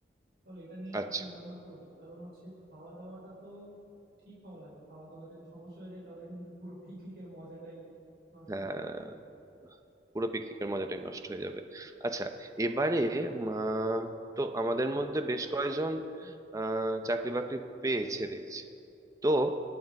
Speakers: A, on the right; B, on the right.
A: চলো এটা নিয়ে একটু
B: আচ্ছা
A: চিন্তা ভাবনা করি কারণ হচ্ছে খাওয়া দাওয়াটা তো ঠিক হওয়া লাগবে খাওয়া দাওয়া যদি সমস্যা হয়ে যায় তাহলে কিন্তু পুরো পিকনিকের মজাটাই নষ্ট
B: হ্যাঁ
A: হয়ে যাবে
B: পুরো পিকনিকের মজাটাই নষ্ট হয়ে যাবে আচ্ছা এবারে মা তো আমাদের মধ্যে বেশ কয়েকজন আহ চাকরি বাকরি পেয়েছে দেখছি তো